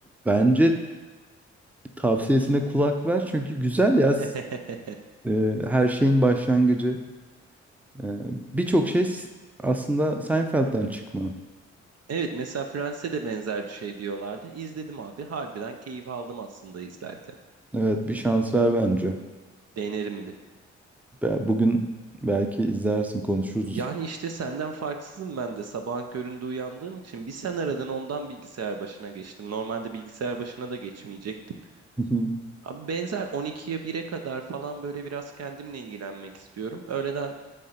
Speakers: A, in the centre; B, on the right.
A: bence tavsiyesine kulak ver çünkü güzel ya.
B: <laughs>
A: S- e, her şeyin başlangıcı. E, birçok şey s- aslında Seinfeld'den çıkma.
B: Evet mesela Friends'e de benzer bir şey diyorlardı. İzledim abi. Harbiden keyif aldım aslında izlerken.
A: Evet, bir şans ver bence.
B: Denerim bir.
A: Be- Bugün belki izlersin, konuşuruz.
B: Yani işte senden farksızım ben de. Sabahın köründe uyandığım için bir sen aradın ondan bilgisayar başına geçtim. Normalde bilgisayar başına da geçmeyecektim.
A: Hı hı. <laughs>
B: Abi benzer 12'ye bire kadar falan böyle biraz kendimle ilgilenmek istiyorum. Öğleden